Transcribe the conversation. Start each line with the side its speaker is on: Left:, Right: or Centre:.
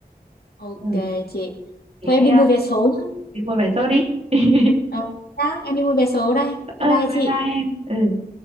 Left: ok
Right: ừ,
Left: chị
Right: thế
Left: thôi em đi
Right: à,
Left: mua vé số nhá
Right: thế vui vẻ thôi đi <laughs>
Left: ờ nhá, em đi mua vé số đây
Right: ừ,
Left: bye bye
Right: bye
Left: chị
Right: bye em ừ.